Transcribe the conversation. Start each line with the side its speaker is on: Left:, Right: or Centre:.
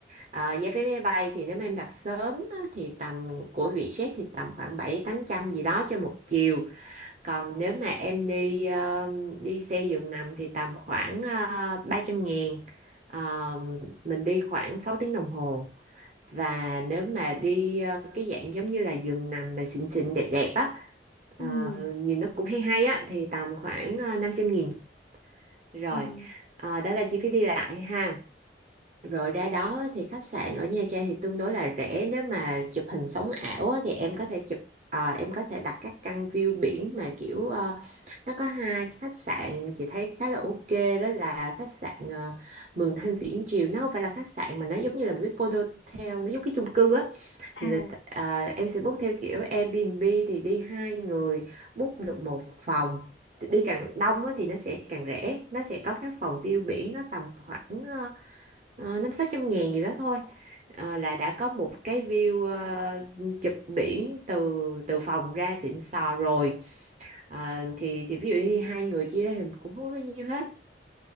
Right: Ờ, giá vé máy bay thì nếu mà em đặt sớm á, thì tầm của Vietjet thì tầm khoảng bảy tám trăm gì đó cho một chiều. Còn nếu mà em đi ờ, đi xe giường nằm thì tầm khoảng uh, 300 ngàn. Ờ, mình đi khoảng 6 tiếng đồng hồ. Và nếu mà đi ờ, cái dạng giống như là giường nằm mà xịn xịn đẹp đẹp á ờ,
Left: Ừ.
Right: nhìn nó cũng hay hay á thì tầm khoảng uh, 500 nghìn. Rồi,
Left: Ừ.
Right: ờ, đó là chi phí đi lại ha. Rồi ra đó thì khách sạn ở Nha Trang thì tương đối là rẻ nếu mà chụp hình sống ảo á, thì em có thể chụp à, em có thể đặt các căn view biển mà kiểu ờ, nó có hai khách sạn chị thấy khá là ok đó là khách sạn ờ, Mường Thanh Viễn Triều nó không phải là khách sạn mà nó giống như là một cái condotel nó giống cái chung cư á
Left: À,
Right: thì người ta- à, em sẽ book theo kiểu Airbnb thì đi hai người book được một phòng đi càng đông á, thì nó sẽ càng rẻ nó sẽ có các phòng view biển nó tầm khoảng ờ, ờ, năm sáu trăm ngàn gì đó thôi Ờ, là đã có một cái view ờ, chụp biển từ từ phòng ra xịn sò rồi Ờ, thì thì ví dụ như hai người chia ra thì cũng không có bao nhiêu hết